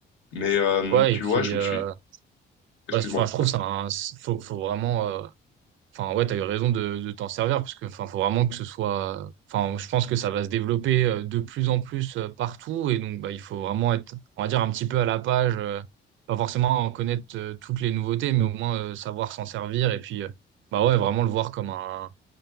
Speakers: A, on the left; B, on the right.
A: Mais euh,
B: Ouais,
A: tu
B: et puis,
A: vois, je
B: euh,
A: me suis, excuse-moi.
B: bah, enfin, je trouve ça, un- faut, faut vraiment. euh, Enfin, ouais, t'as eu raison de, de t'en servir parce que, enfin, faut vraiment que ce soit. Enfin, je pense que ça va se développer euh, de plus en plus euh, partout et donc, bah, il faut vraiment être, on va dire, un petit peu à la page. euh, pas forcément en connaître euh, toutes les nouveautés, mais au moins euh, savoir s'en servir et puis, euh, bah ouais, vraiment le voir comme un